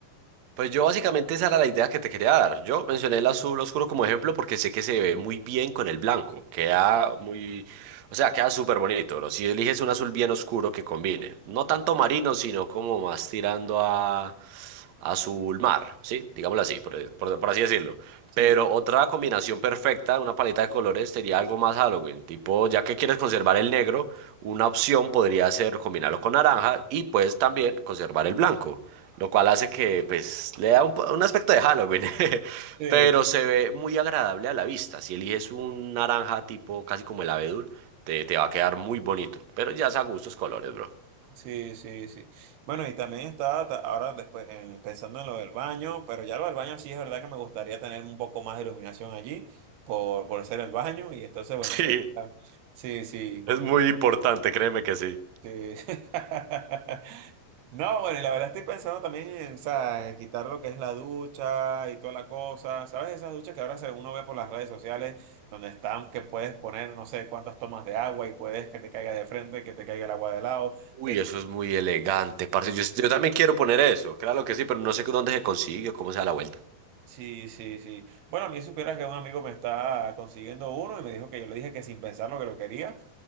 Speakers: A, on the right; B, on the right.
A: Pues yo básicamente esa era la idea que te quería dar. Yo mencioné el azul oscuro como ejemplo porque sé que se ve muy bien con el blanco. Queda muy, o sea, queda súper bonito, bro. Si eliges un azul bien oscuro que combine. No tanto marino, sino como más tirando a azul mar, ¿sí? Digámoslo así, por, por- por así decirlo.
B: Sí,
A: Pero otra combinación perfecta, una paleta de colores, sería algo más Halloween. Tipo, ya que quieres conservar el negro, una opción podría ser combinarlo con naranja y pues también conservar el blanco. Lo cual hace que, pues, le da un, po- un aspecto de Halloween, <laughs>
B: sí,
A: pero se ve muy agradable a la vista. Si eliges un naranja tipo casi como el abedul, te, te va a quedar muy bonito. Pero ya es a gustos colores, bro. <laughs>
B: sí, sí, sí. Bueno, y también estaba ta- ahora después en- pensando en lo del baño, pero ya lo del baño sí es verdad que me gustaría tener un poco más de iluminación allí por, por ser el baño y entonces, bueno,
A: Sí,
B: que- ah, sí, sí.
A: es muy importante, créeme que sí.
B: Sí. <laughs> No, bueno, y la verdad estoy pensando también en, o sea, en quitar lo que es la ducha y toda la cosa. ¿Sabes? Esas duchas que ahora se- uno ve por las redes sociales, donde están, que puedes poner no sé cuántas tomas de agua y puedes que te caiga de frente, que te caiga el agua de lado.
A: Uy,
B: Que
A: eso es muy elegante, parce.
B: te-
A: Yo, yo también quiero poner eso, claro que sí, pero no sé dónde se consigue o cómo se da la vuelta.
B: Sí, sí, sí. Bueno, a mí supieras que un amigo me está consiguiendo uno y me dijo que yo le dije que sin pensarlo que lo quería,